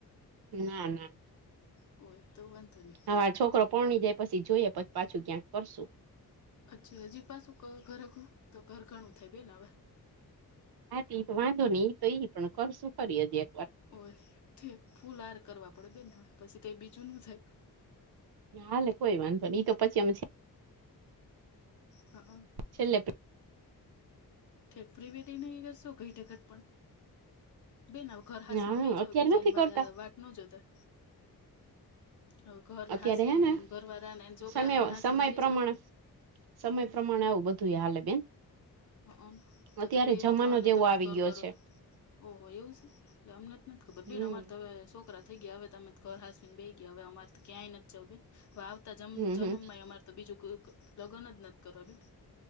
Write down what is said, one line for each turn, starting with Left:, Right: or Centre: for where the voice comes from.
Right: ના -ના.
Left: હોય તો વાંધો નઈ.
Right: હવે આ છોકરો પૈણી જાય પછી જોઈએ, પછી પાછું ક્યાંક કરશું.
Left: અચ્છા હજી પાછું ઘર કરવુ? તો ઘર ઘણું થાય બેને હવે.
Right: હા ઈ તો વાંધો ની એ તો ઈ પણ કરશું ખરી હજી એક વાર.
Left: ઓય ઠીક ફૂલ હાર કરવા પડે બેન હવે પછી કંઈ બીજું ન થાય.
Right: હાલે કોઈ વાંધ ની ઈ તો પછી અમે છે ને,
Left: હા હ.
Right: છેલ્લે પે
Left: કે પ્રી વેડિંગ ન ઈ કરશો? ઘરડે ઘડપણ. બેન હવે ઘર હાસવીને
Right: હા
Left: બેહી જાવ.
Right: અત્યારે
Left: બીજાની
Right: નથી કરતા
Left: વાટ ન જોતા. હવે ઘરને
Right: અત્યારે
Left: હાસવીને
Right: હે ને
Left: ઘરવારા ને ન છોકરાને
Right: સમય
Left: ન હાસવીને
Right: સમય
Left: બેસી
Right: પ્રમાણે
Left: જાવ.
Right: સમય પ્રમાણે હવે બધુંય હાલે બેન.
Left: હ હ તો
Right: અત્યારે
Left: તો બેન
Right: જમાનો
Left: ત્રણ ને
Right: જેવો
Left: તમે
Right: આવી
Left: ત ઘર
Right: ગયો
Left: કરો.
Right: છે
Left: ઓહો એવું સે અમને તો નથી ખબર
Right: હમ
Left: બેન અમારે તો હવે સો કરા થઈ ગયા. હવે ત અમે ઘર હાસવીને બેહી ગયા હવે અમારે તો ક્યાંય નથી જવું બેન હવે આવતા જમ
Right: હમ
Left: જનમ
Right: હમ
Left: માંય અમારે તો બીજું કોક લગન જ નથી કરવા બેન